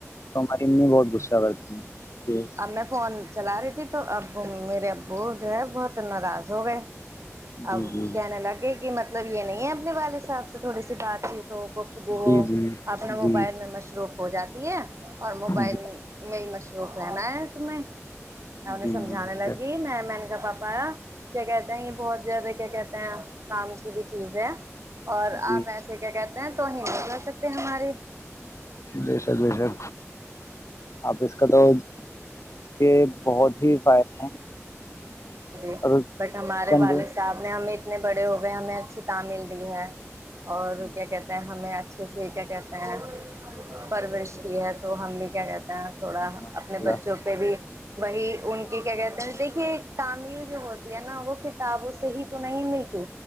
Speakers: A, on the left; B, on the right.
A: ہماری میں بہت غصہ کرتی ہیں کہ
B: ا میں فون چلا رہی تھی تو اب میرے ابو جو ہے بہت ناراض ہو گئے
A: جی
B: ا
A: جی
B: کہنے لگ گے کہ مط مطلب یہ نہیں ہے اپنے والد صاحب سے تھوڑی سی بات چیت گفتگو
A: جی
B: ہو
A: جی
B: اپنا
A: جی
B: موبائل میں مشروف ہو جاتی ہے اور موبائل
A: جی
B: میں مش جو ز ن ت میں میں انہیں
A: جی
B: سجھانے لگی میں میں نے کا پاپا پا کیا کہتے ہیں یہ بہت زیادہ کیا کہتے ہیں کام کی بھی چیز ہے اور
A: جی
B: آپ ایسے کیا کہتے تو ہی نہیں رہ سکتے ہماری
A: بےشر بشر آپ اس کا تو کے بہت ہی فائدے ہیں
B: جی
A: اور
B: بٹ ہمارے
A: چند
B: والد صاحب نے ہمیں اتنے بڑے ہو گئے ہمیں اچھی ت مل رہ ہے اور
A: جی
B: کیا کہتے ہیں ہمیں <unintelligible> اچھے سے کیا کہتے ہیں پرورش کی ہے تو ہم بھی کیا کہتے ہیں <unintelligible> تھوڑا
A: جی ماشاء
B: اپنے
A: اللہ
B: بچوں پہ بھی <unintelligible> وہی ان کی کیا کہتے ہیں دیکھیے تمل جو ہوتی ہے نا وہ ک <unintelligible> کتابوں سے ہی تو نہیں ملتی